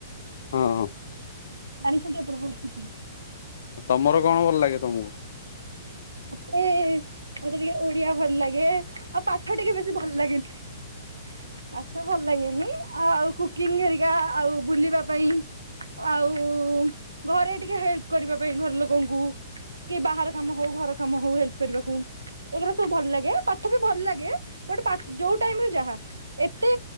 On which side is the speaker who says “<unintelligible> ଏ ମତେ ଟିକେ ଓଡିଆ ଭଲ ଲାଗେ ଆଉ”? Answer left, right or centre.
Right